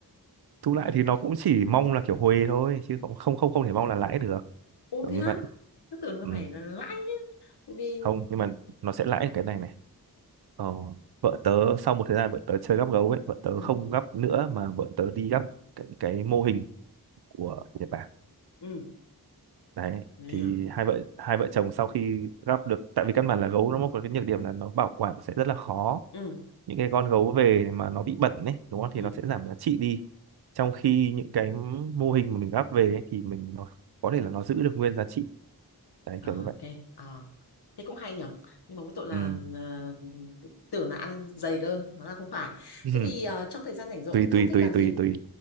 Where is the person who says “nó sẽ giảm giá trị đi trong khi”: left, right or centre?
Right